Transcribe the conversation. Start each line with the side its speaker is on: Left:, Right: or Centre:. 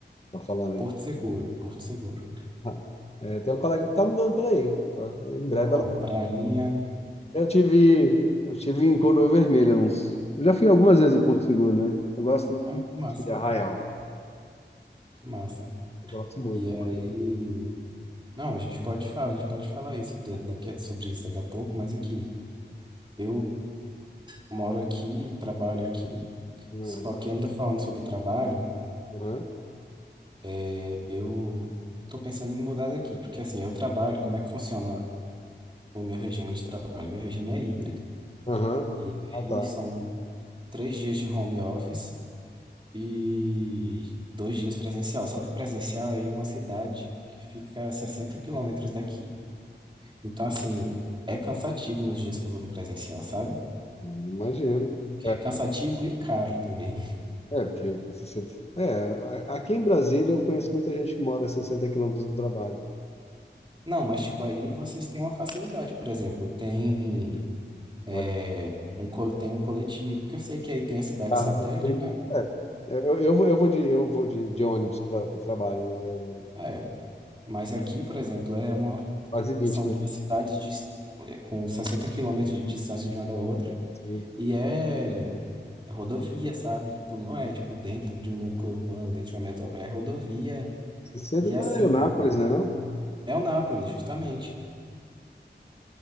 Left: estão falando aí?
Right: Porto Seguro, Porto Seguro.
Left: Ah, É, tem uma colega que tá mudando por aí. Ela- Em breve
Right: Pô,
Left: ela...
Right: prainha.
Left: Eu tive, eu tive em Coroa Vermelha uns... Eu já fui algumas vezes em Porto Seguro, né? Eu gosto
Right: Ah,
Left: muito
Right: que massa,
Left: de Arraial.
Right: que massa.
Left: Eu gosto muito.
Right: E aí. Não, a gente pode falar, a gente pode falar isso da- daqui, sobre isso daqui a pouco, mas aqui. Eu moro aqui, trabalho aqui.
Left: Aham,
Right: Só que ainda falando sobre trabalho.
Left: aham,
Right: É, eu tô pensando em me mudar daqui, porque assim, eu trabalho, como é que funciona o meu regime de trabalho? Meu regime é híbrido.
Left: aham.
Right: E
Left: Ah,
Right: aí
Left: tá.
Right: são três dias de home office e dois dias presencial. Só que o presencial é em uma cidade que fica a 60 quilômetros daqui. Então, assim, é cansativo nos dias que eu vou no presencial, sabe?
Left: Imagino.
Right: Porque é cansativo e caro também.
Left: É, porque com 60. É, a- aqui em Brasília eu conheço muita gente que mora a 60 quilômetros do trabalho.
Right: Não, mas tipo, aí vocês têm uma facilidade, por exemplo, tem. é,
Left: Vai de
Right: um, col- tem um coletivo, porque eu sei que aí tem a cidade
Left: carro,
Right: satélite,
Left: tem que ver.
Right: né?
Left: Eu, eu, vou- eu vou de, eu vou de, de ônibus para o trabalho, né?
Right: É, mas aqui, por exemplo, é uma,
Left: Quase vinte.
Right: são
Left: quilômetros.
Right: duas cidades dis- é, com 60 quilômetros de distância de uma da outra,
Left: assim.
Right: e é é rodovia, sabe? Tipo, não é tipo dentro de um núcleo urbano, dentro de uma metrópole, é rodovia,
Left: 60
Right: e
Left: da
Right: assim,
Left: Leonápolis, né, não?
Right: é o Nápoles, justamente.